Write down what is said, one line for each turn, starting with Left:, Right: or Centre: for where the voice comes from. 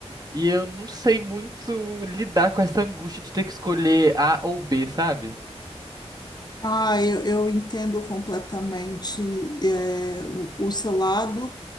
Right: E eu não sei muito lidar com essa angústia de ter que escolher A ou B, sabe?
Left: Ah, eu, eu entendo completamente é, o, o seu lado.